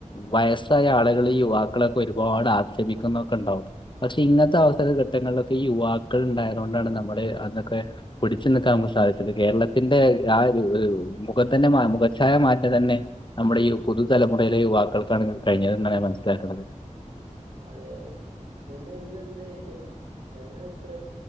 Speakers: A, on the left; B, on the right.
A: വയസ്സായ ആളുകൾ യുവാക്കളൊക്കെ ഒരുപാട് ആക്ഷേപിക്കുന്നൊക്കെ ഉണ്ടാവും. പക്ഷെ ഇങ്ങനത്തെ അവസര ഘട്ടങ്ങളിലൊക്കെ ഈ യുവാക്കൾ ഉണ്ടായതു കൊണ്ടാണ് നമ്മള് അന്നൊക്കെ പിടിച്ചു നിൽക്കാൻ നമുക്ക് സാധിച്ചത് കേരളത്തിന്റെ ആ മുഖത്തിന്റെ മുഖഛായ മാറ്റ തന്നെ നമ്മുടെ ഈ പുതുതലമുറയിലെ യുവാക്കുകൾക്കാണ് കഴിഞ്ഞതെന്നാണ് മനസ്സിലാക്കുന്നത്.
B: അതെ അതെ. പിന്നെ എന്തെന്താ വെച്ചാല് നമ്മൾ ഇത്ര